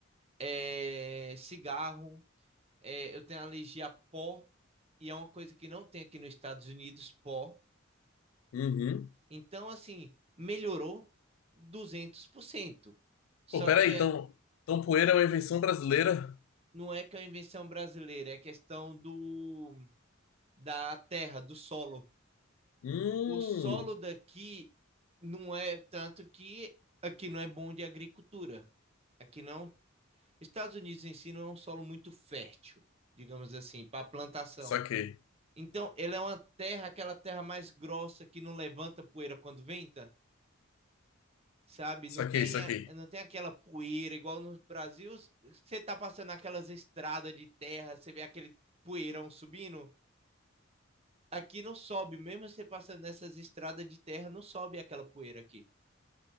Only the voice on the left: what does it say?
Uhum.
Pô, peraí,
então, então poeira é uma invenção brasileira?
Hum,
saquei,
saquei,
saquei.